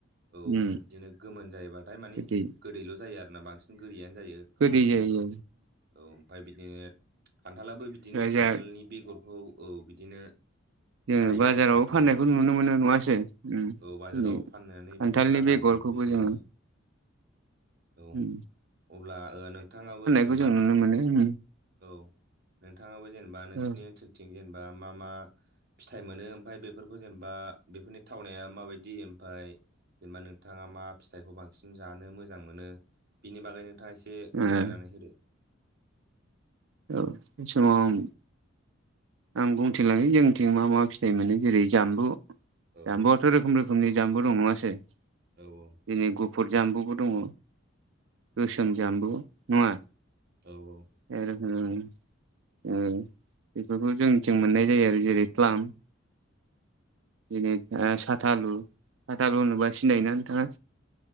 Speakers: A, on the right; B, on the right.
A: औ ओमफाय
B: उम
A: बिदिनो गोमोन जायोबाथाय मानि
B: गोदै
A: गोदैल' जायो आरोना बांसिन गोदैयानो जायो गोमोन
B: गोदै
A: समाव।
B: जायो
A: औ ओमफाय बिदिनो खान्थालाबो बिदिनो खान्थालनि
B: जा
A: बेगरखौ औ बिदिनो
B: जोङो
A: गायो
B: बाजाराव
A: आरोखिना खान्थालखौ।
B: फाननायखौ नुनो मोनो नङासै उम
A: औ बाजाराव
B: दिनै
A: फाननानै
B: खान्थालनि
A: बिदि दि रां
B: बेगरखौबो
A: आरजिनायखौबो जों नुनो
B: जोङो
A: औ
B: उम
A: अब्ला ओ नोंथाङाबो जेने
B: बेखौ जों नुनो मोनो। उम
A: औ नोंथाङाबो जेनेबा नोंसिनि
B: ओ
A: ओनसोलथिं जेनेबा मा मा फिथाइ मोनो ओमफाय बेफोरखौ जेनेबा बेफोरनि थावनाया माबायदि जेनेबा नोंथाङा मा फिथाइखौ बांसिन जानो मोजां मोनो बिनि बागै नोंथाङा एसे से
B: औ
A: फोरमायनानै होदो
B: औ बे समाव आं आं बुंथिलांनि जोंनिथिं मा मा फिथाइ मोनो जेरै जामबु
A: औ
B: जाम्बुआथ रोखोम रोखोमनि जामबु दं नङासै जेरै
A: औ औ
B: गुफुर जामबुबो दङ गोसोम जामबु नङा?
A: औ औ
B: बे रोखोमनि उम बेफोरखौ जोंनिथिं मोननाय जायो आरो जेरै प्लाम जेरै ओ साथालु साथालु होनोबा सिनायोना नोंथाङा?